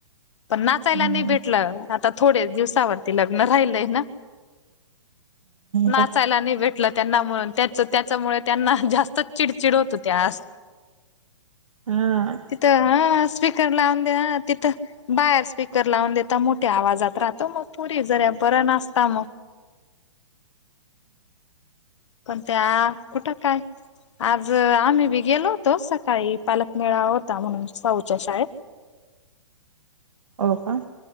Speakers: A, on the left; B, on the right.
A: पण नाचायला
B: हम्म
A: नाही भेटलं. आता थोडे्च दिवसावरती लग्न राहिलय ना. नाचायला
B: काय
A: नाही भेटलं. त्यांना. म्हणून त्याच त्याच्यामुळे त्यांना जास्तच चिडचिड होत होती. आज.
B: हम्म.
A: तिथं हा. स्पीकर लावून द्या. ह. तिथं. बास स्पीकर लावून देता मोठ्या आवाजात राहतो मग, पोरी जरा बऱ्या नाचता मग. पण त्या कुठं काय? आज आम्ही बी गेलो होतो सकाळी पालकमेळावा होता म्हणून साऊूच्या शाळेत.
B: हो का?